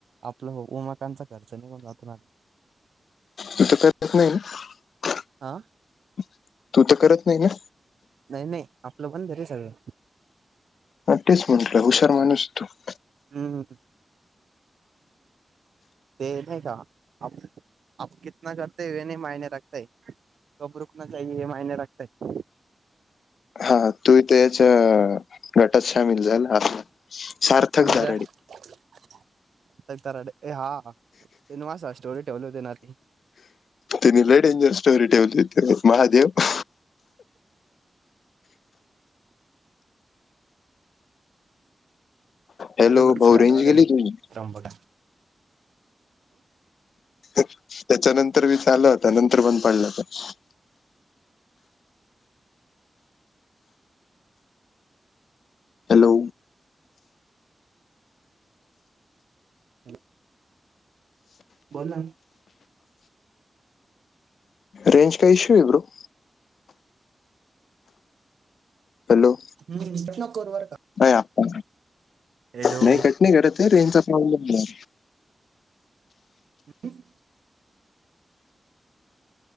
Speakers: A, on the right; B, on the left.
A: आपलं हो उमाकांचा खर्च निघून जातोना.
B: तू तर करत नाही
A: हा
B: <inaudible> तू तर करत नाही ना?
A: नाही नाही आपलं पण रे सगळं.
B: न तेच म्हंटलं हुशार माणूस तो. <inaudible>
A: हम्म ते नाही का अ अ कितना करते वे नाही मयने रखत कब रुकना चाहिए ये मायने रखता हैं.
B: हा तू ही तेच गटात शमील झाल आपला. सार्थक
A: कोणाच्यात
B: दाराडे
A: ए हा तेनवास स्टोरी वल देणार
B: तिनी लडेंजर स्टोरी ठेवली त महादेव
A: त्याच्या
B: हॅलो
A: झालं
B: भाऊ रेंज गेली तुझी
A: काम ब का
B: त्याच्या नंतर मी ल होता नंतर पण पडलं होत हॅलो
A: ह बोला ना.
B: रेंज का इशु ये ब्रो. हॅलो
A: हम्. तसं नको करू बर का.
B: नाही आप्पा.
A: हॅलो
B: नाही कट नाही करते. रेंज चा प्रॉब्लेम ये.
A: हम्म.